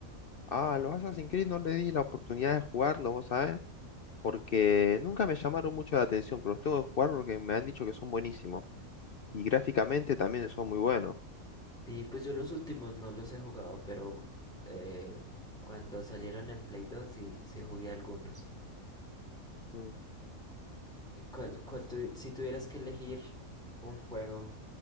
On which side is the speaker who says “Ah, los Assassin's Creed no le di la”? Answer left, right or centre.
Left